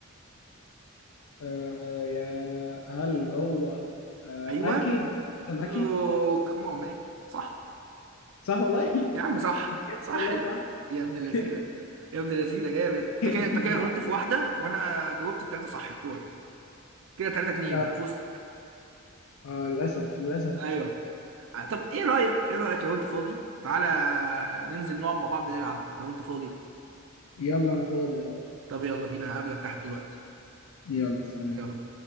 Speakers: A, on the left; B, on the right.
A: آه يا هل هو آه
B: ايوه
A: أكي كان
B: يو
A: أكي
B: كمان مان صح
A: صح والله
B: يا عم
A: <laughs>
B: صح صح
A: لا
B: ال-
A: صح
B: يا ابن اللذينه
A: <laughs>
B: يا ابن اللذينه جامد انت
A: لا
B: كده انت كده غلطت في واحده وانا جاوبت التلاته صح بتوعي كده تلاته اتنين
A: آه
B: انا في وسطك
A: آه للأسف للأسف
B: ايوه
A: كسبت
B: آه، طب ايه رايك ايه رايك لو انت فاضي تعالى ننزل نقعد مع بعض نلعب لو انت فاضي
A: يلا أنا فاضي يلا
B: طب يلا بينا هقابلك تحت دلوقتي
A: يلا سلام
B: يلا